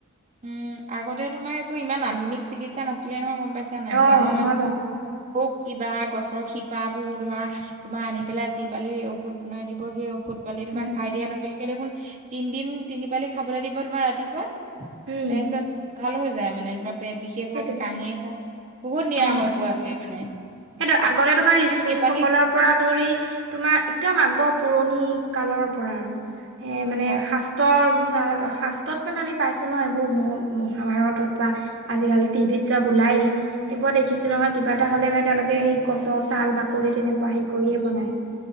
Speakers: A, on the right; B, on the right.
A: উম, আগতে তোমাৰ এইবোৰ ইমান আধুনিক চিকিৎসা নাছিলে নহয়, গম পাইছা নাই?
B: অ',
A: গাঁৱৰ মানুহ
B: হয় বাৰু
A: হৌ কিবা গছৰ শিপাবোৰ ধৰা তোমাৰ আনি পেলাই যি পালি ঔষধ বনাই দিব। সেই ঔষ ঔষধ পালি তোমাক
B: উম,
A: খাই দিয়াৰ লগে লগে দেখোন তিনিদিন তিনি পালি খাবলৈ দিব তোমাৰ ৰাতিপুৱা
B: উম,
A: তাইছত ভাল হৈ যায় মানে তোমাপ- পেট বিষে
B: সেইটোৱে
A: হওক, কাহেই হওক, বহুত নিৰাময়
B: অ',
A: পোৱা যায় মানে।
B: সেইটো আগতে তোমাৰ ঋষি
A: মানে
B: মুুনি
A: সেইপালি
B: সকলৰ পৰা ধৰি তোমাৰ একদম আগৰ পুৰণি কালৰ পৰা আৰু এ মানে
A: হয়।
B: শাস্ত্ৰৰ মিছা শাস তত মানে আমি পাইছো ন এইবোৰ মহাভাৰতত বা আজিকালি টিভিত চব ওলাইয়ে। সেইবোৰ দেখিছে নহয় কিবা এটা হলে মানে তেওঁলোকে সেই গছৰ ছাল বাকলি তেনেকুৱা হেৰি কৰিয়ে বনায়।